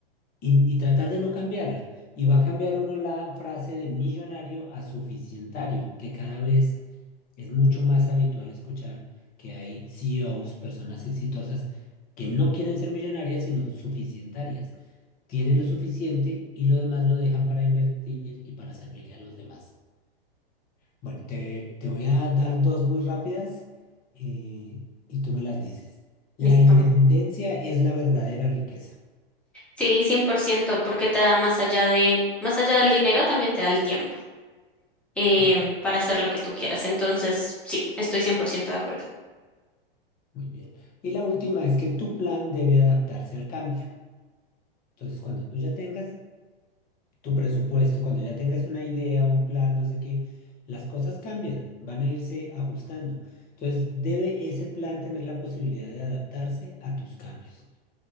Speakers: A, on the left (about 30°); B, in the centre.
A: y, y tratar de no cambiarla. Y va a cambiar uno la frase de millonario a suficientario, que cada vez es mucho más habitual escuchar que hay CEOs, personas exitosas, que no quieren ser millonarias, sino suficientarias. Tienen lo suficiente y lo demás lo dejan para invertir y para servirle a los demás. Bueno, te, te voy a dar dos muy rápidas eh, y tú me las dices. La
B: listo.
A: independencia es la verdadera riqueza.
B: Sí, 100%, porque te da más allá de, más allá del dinero, también te da el tiempo eh,
A: de acuerdo
B: para hacer lo que tú quieras. Entonces, sí, estoy 100% de acuerdo.
A: Muy bien. Y la última es que tu plan debe adaptarse al cambio. Entonces, cuando tú ya tengas tu presupuesto, cuando ya tengas una idea, un plan, no sé qué, las cosas cambian, van a irse ajustando. Entonces, debe ese plan tener la posibilidad de adaptarse a tus cambios.